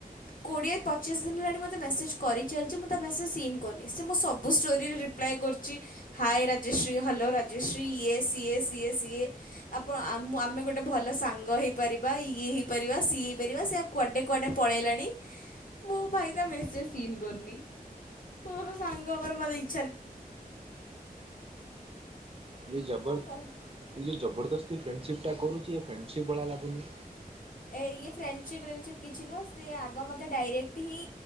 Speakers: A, on the left; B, on the right.
A: କୋଡ଼ିଏ ପଚିଶ ଦିନି ହେଲାଣି ମୋତେ ମେସେଜ୍ କରିଚାଲିଛି ମୁଁ ତା ମେସେଜ୍ ସିନ୍। କରିନି ସେ ମୋ ସବୁ ଷ୍ଟୋର୍ ରେ ରିପ୍ଲାଏ କରୁଛି ହଏ ରାଜଶ୍ରୀ ହ୍ୟାଲୋ ରାଜଶ୍ରୀ ଇଏ ସିଏ ସିଏ ସିଏ। ଆପଣ ଆମ ଆମେ ଗୋଟେ ଭଲ ସାଙ୍ଗ ହେଇ ପାରିବା ଇଏ ହେଇପାରିବା ସିଏ ହେଇପାରିବା ସେ ଆ କୁଆଡ଼େ କୁଆଡ଼େ ପଳେଇଲାଣି ମୁଁ ଭାଇ ତା ମେସେଜ ସିନ୍ କରିନି। ତୋର ସାଙ୍ଗ ହବାରେ ମତେ ଇ
B: ଏ
A: କ'ଣ
B: ଜବର।
A: କହିବି
B: ଏ ଯୋଉ ଜବରଦସ୍ତି ଫ୍ରେଣ୍ଡସିପ୍ ଟା କରୁଛି ଏ ଫ୍ରେଣ୍ଡସିପ୍ ଭଳିଆ ଲାଗୁନି।
A: ଏ ଇଏ ଫ୍ରେଣ୍ଡସିପ୍ ଫ୍ରେଣ୍ଡସିପ୍ କିଛି ନୁହଁ ସିଏ ଆଗ ମୋତେ ଡାଇରେକ୍ଟ ହିଁ।